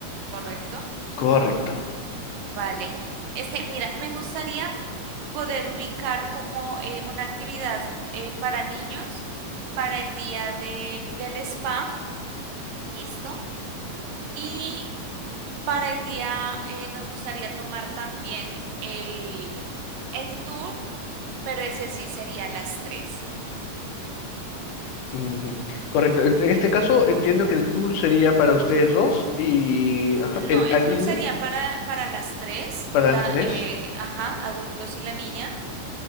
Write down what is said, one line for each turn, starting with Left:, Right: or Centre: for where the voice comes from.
Right: ¿correcto?
Left: Correcto.
Right: Vale. Este, mira, me gustaría poder ubicar como eh, una actividad eh, para niños para el día de, del spa, ¿listo? Y para el día eh, nos gustaría tomar también el, el tour, pero ese sí sería a las tres.
Left: Ujú. Correcto. En en este caso entiendo que el tour sería para ustedes dos y ajá,
Right: No,
Left: el-
Right: el
Left: al
Right: tour
Left: niño
Right: sería para, para las tres,
Left: para
Right: la,
Left: las tres.
Right: eh, ajá, adultos y la niña.